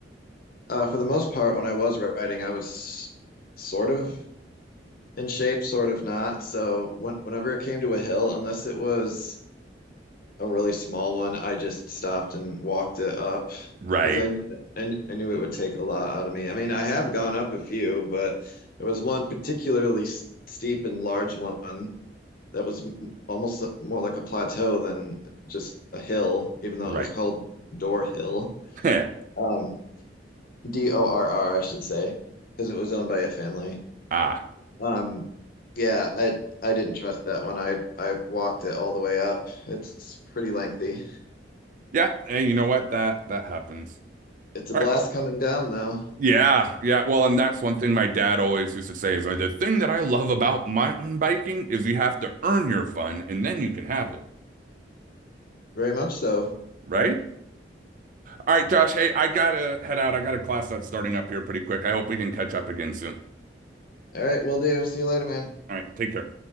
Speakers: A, on the left (about 50°); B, on the right (about 45°).
A: Uh, for the most part, when I was writing, I was s- sort of in shape, sort of not. So when, whenever it came to a hill, unless it was a really small one, I just stopped and walked it up
B: Right,
A: because I, kn- I kn- I knew it would take a lot out of me. I mean, I have gone up a few, but there was one particularly s- steep and large one that was almost more like a plateau than just a hill, even though
B: right.
A: it was called Door Hill.
B: <laughs>
A: Um, D O R R, I should say, because it was owned by a family.
B: Ah,
A: Um, yeah, I I didn't trust that one. I I walked it all the way up. It's pretty lengthy.
B: yeah. And you know what? That that happens.
A: It's a
B: All
A: blast
B: right.
A: coming down though,
B: Yeah, yeah. Well, and that's one thing my dad always used to say is like, the thing that I love about mountain biking is you have to earn your fun and then you can have it,
A: very much so.
B: right? All right, Josh, hey, I gotta head out. I got a class that's starting up here pretty quick. I hope we can catch up again soon.
A: All right, we'll do. See you later, man.
B: All right, take care.